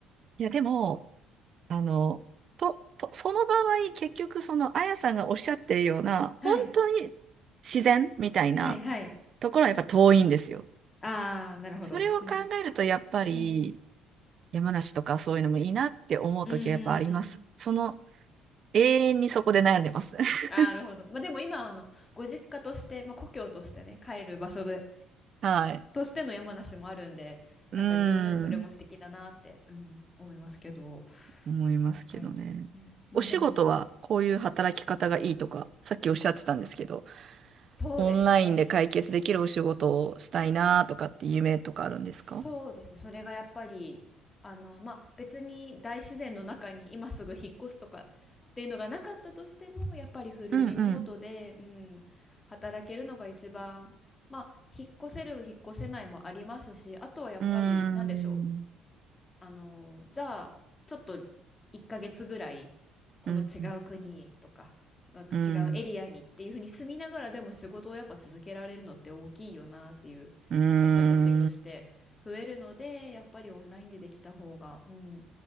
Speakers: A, on the right; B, on the left.
A: いや、でも、あの、と、と、その場合、結局、その、あやさんがおっしゃってるような、
B: はい。
A: 本当に自然みたいな
B: はいはい。
A: ところはやっぱ遠いんですよ。
B: ああ、なるほど。
A: それを考えると、
B: うん。
A: やっぱり、
B: うん。
A: 山梨とかそういうのもいいなって思うときはやっぱあります。
B: うーん。
A: その、永遠にそこで悩んでます。<laughs>
B: あーなるほど。まあでも今はあの、ご実家として、まあ故郷としてね、帰る場所で、
A: はい。
B: としての山梨もあるんで、
A: うー
B: なんか十分それも素敵だなって、
A: ん、
B: うん、思いますけど。
A: 思いますけどね。
B: 確かに。ね。まあでもす、
A: お仕事はこういう働き方がいいとか、さっきおっしゃってたんですけど、
B: そうですね。
A: オンラインで解決できるお仕事をしたいなとかって夢とかあるんですか
B: そうですね。それがやっぱり、あの、まあ、別に大自然の中に今すぐ引っ越すとかっていうのがなかったとしても、やっぱりフルリモートで、
A: うんうん。
B: うん、働けるのが一番、まあ、引っ越せる、引っ越せないもありますし、あとはやっぱり、
A: うーん、
B: なんでしょう。あのじゃあちょっと1ヶ月ぐらいこの違う国とか、
A: うん、
B: なんか違うエリアにっていうふうに住みながらでも仕事をやっぱ続けられるのって大きいよなっていう選択肢として増えるのでやっぱりオンラインでできた方が、
A: うん、うーん、
B: うん、